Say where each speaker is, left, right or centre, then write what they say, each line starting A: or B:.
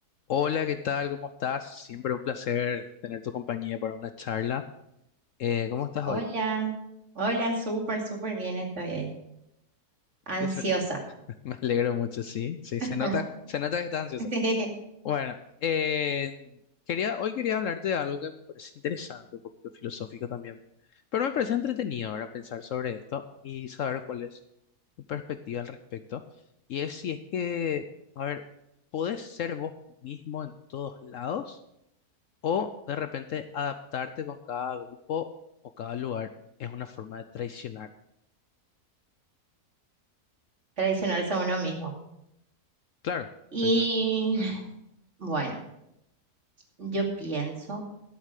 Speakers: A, on the left (about 65°); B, on the right (about 45°).
A: Hola, ¿qué tal? ¿Cómo estás? Siempre un placer tener tu compañía para una charla. Eh, ¿cómo estás
B: Hola,
A: hoy?
B: hola, súper, súper bien estoy ahí. Ansiosa.
A: Qué suer- <laughs> Me alegro mucho, sí, sí,
B: <laughs>
A: se nota, se nota que estás ansiosa.
B: Sí,
A: Bueno, eh, quería, hoy quería hablarte de algo que me parece interesante, un poquito filosófico también, pero me parece entretenido ahora pensar sobre esto y saber cuál es tu perspectiva al respecto. Y es si es que, a ver, ¿podés ser vos mismo en todos lados? O de repente adaptarte con cada grupo o cada lugar es una forma de traicionar.
B: traicionarse a uno mismo.
A: Claro,
B: Y
A: traicionarse.
B: <sighs> bueno, yo pienso